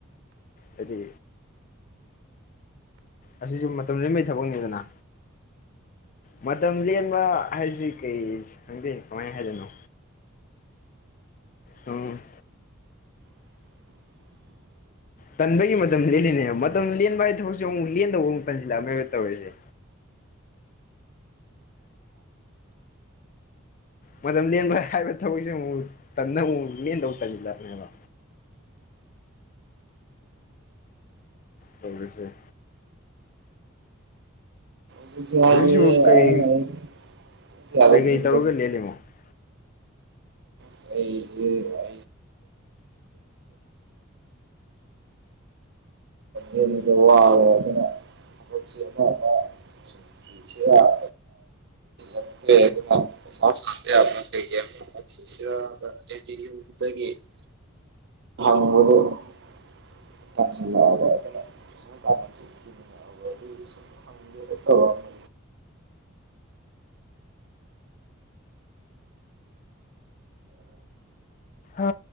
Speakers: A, on the left; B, on the right.
A: ꯍꯥꯏꯗꯤ ꯑꯁꯤꯁꯨ ꯃꯇꯝ ꯂꯦꯟꯕꯩ ꯊꯕꯛꯅꯤꯗꯅ ꯃꯇꯝ ꯂꯦꯟꯕ ꯍꯥꯏꯁꯤ ꯀꯔꯤ ꯈꯪꯕꯤꯅꯣ ꯀꯃꯥꯏꯅ ꯍꯥꯏꯗꯣꯏꯅꯣ ꯎꯝ ꯇꯟꯕꯒꯤ ꯃꯇꯝ ꯂꯦꯜꯂꯤꯅꯦꯕ ꯃꯇꯝ ꯂꯦꯟꯕ ꯍꯥꯏ ꯊꯕꯛꯁꯦ ꯑꯃꯨꯛ ꯂꯦꯟꯗꯧꯕ ꯑꯃꯨꯛ ꯇꯟꯁꯤꯜꯂꯛꯑꯃꯦꯕ ꯇꯧꯔꯤꯁꯦ ꯃꯇꯝ ꯂꯦꯟꯕ ꯍꯥꯏꯕ ꯊꯕꯛꯁꯦ ꯑꯃꯨꯛ ꯇꯟꯗ ꯑꯃꯨꯛ ꯂꯦꯟꯗꯧ ꯇꯟꯁꯤꯟꯂꯛꯑꯕꯅꯦꯕ ꯇꯧꯔꯤꯁꯦ
B: <inaudible>
A: ꯍꯧꯖꯤꯛꯁꯤꯕꯨ ꯀꯩ ꯀꯩꯀꯩ <unintelligible>
B: ꯑꯩꯒꯤ <inaudible> <unintelligible> <inaudible> ꯇꯥꯟꯁꯤꯟꯂꯛꯑꯕꯥ ꯑꯗꯨꯅ ꯑꯗꯨꯒꯤ ꯁꯨꯝ ꯍꯪꯒꯦꯅ
A: ꯑ